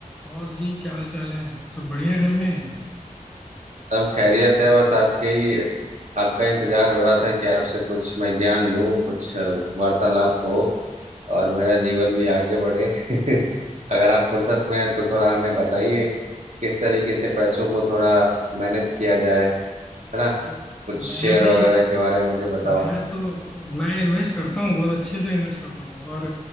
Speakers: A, in the centre; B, on the right.
A: और जी क्या हाल चाल है सब बढ़िया घर में
B: सब खैरियत है बस आपके ही आपका इंतजार हो रहा था कि आपसे कुछ मैं ज्ञान लूं कुछ अ, वार्तालाप हो और मेरा जीवन भी आगे बढ़े <laughs> अगर आप फुर्सत में हैं तो थोड़ा हमें बताइए किस तरीके से पैसों को थोड़ा मैनेज किया जाए है ना
A: अरे
B: कुछ शेयर
A: मैं भी
B: वगैरह के बारे में मुझे बताओ
A: मैं तो मैं इन्वेस्ट करता हूँ बहुत अच्छे से इन्वेस्ट करता हूँ और